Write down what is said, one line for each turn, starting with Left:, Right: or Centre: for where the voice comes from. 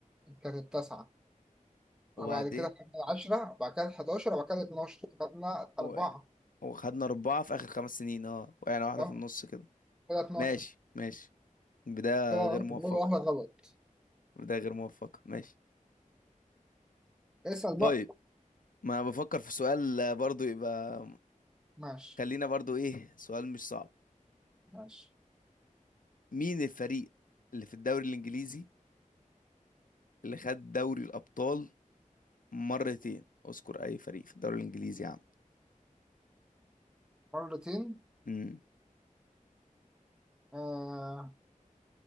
Centre: كانت التاسعه وبعد
Left: وبعدين
Centre: كده خدنا 10 وبعد كده 11 وبعد كده 12 خدنا
Left: و...
Centre: اربعه
Left: وخدنا أربعة في آخر خمس سنين اه يعني واحدة
Centre: اه
Left: في النص كده
Centre: كده 12
Left: ماشي ماشي بداية
Centre: كده غلط
Left: غير موفقة
Centre: ولا واحده غلط
Left: بداية غير موفقة ماشي
Centre: اسال
Left: طيب
Centre: بقى
Left: ما بفكر في سؤال آه، برضو يبقى
Centre: ماشي
Left: خلينا برضو ايه سؤال مش صعب
Centre: ماشي
Left: مين الفريق اللي في الدوري الانجليزي اللي خد دوري الابطال مرتين اذكر اي فريق في الدوري الانجليزي يا عم
Centre: مرتين
Left: امم
Centre: آه